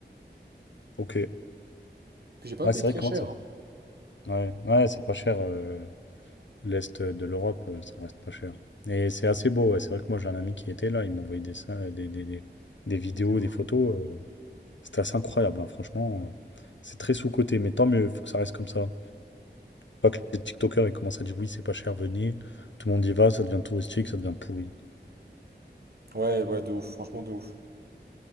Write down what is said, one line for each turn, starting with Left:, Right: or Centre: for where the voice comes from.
Left: Ok.
Right: Puis j'ai pas
Left: Ah,
Right: payé
Left: c'est
Right: très
Left: vrai, comment
Right: cher,
Left: ça
Right: hein.
Left: fait? Ouais, ouais, c'est pas cher. euh, L'Est de l'Europe, euh, ça reste pas cher. Et c'est assez beau, ouais. C'est vrai que moi j'ai un ami qui était là, il m'envoyait des, scè- des, des, des- des vidéos,
Right: Les vidéos,
Left: des
Right: ouais.
Left: photos. euh, C'était assez incroyable, hein, franchement. euh, C'est très sous-coté, mais tant mieux, il faut que ça reste comme ça. Pas que les TikTokers ils commencent à dire oui, c'est pas cher, venez. Tout le monde y va, ça devient touristique, ça devient pourri.
Right: Ouais, ouais, de ouf, franchement de ouf.